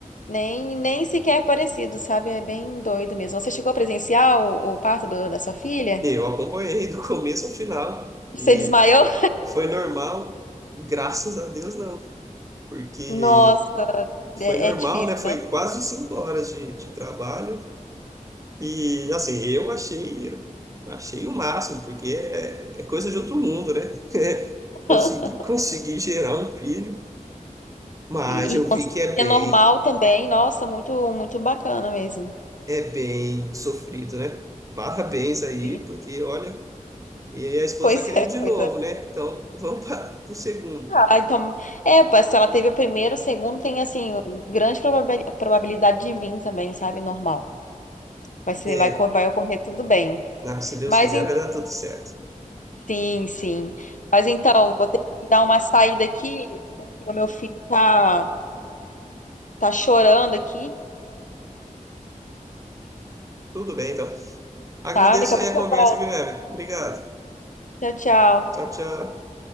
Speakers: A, on the left; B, on the right.
A: Nem, nem sequer é parecido, sabe? É bem doido mesmo. Você chegou a presenciar o, o parto do- da sua filha?
B: Eu acompanhei do começo ao final.
A: Você
B: e
A: desmaiou?
B: Foi normal, graças a Deus não, porque
A: <laughs> Nossa,
B: foi
A: é,
B: normal,
A: é difícil,
B: né? Foi
A: né?
B: quase cinco horas de, de trabalho e assim eu achei, eu achei o máximo, porque é, é coisa de outro mundo, né? <laughs> Consegui,
A: <laughs>
B: consegui gerar um filho, mas
A: E,
B: eu
A: e conseguir
B: vi que é
A: ter
B: bem,
A: normal também. Nossa, muito, muito bacana mesmo.
B: é bem sofrido, né? Parabéns aí,
A: Sim.
B: porque olha, e aí a esposa
A: Pois
B: está querendo
A: é,
B: de
A: pois
B: novo,
A: é.
B: né? Então <laughs> vamos para o segundo.
A: Ah, então, é, pois se ela teve o primeiro, o segundo, tem, assim, grande probabil- probabilidade de vir também, sabe? Normal. Vai ser,
B: É,
A: vai, co- vai ocorrer tudo bem.
B: ah, se Deus
A: Mas
B: quiser, vai dar tudo certo.
A: Sim, sim. Mas então, vou ter que dar uma saída aqui, porque o meu filho tá, tá chorando aqui,
B: Tudo bem, então. Agradeço
A: tá? Daqui a
B: aí
A: pouco
B: a conversa,
A: eu volto.
B: viu, Evelyn? Obrigado.
A: Tchau, tchau.
B: Tchau, tchau.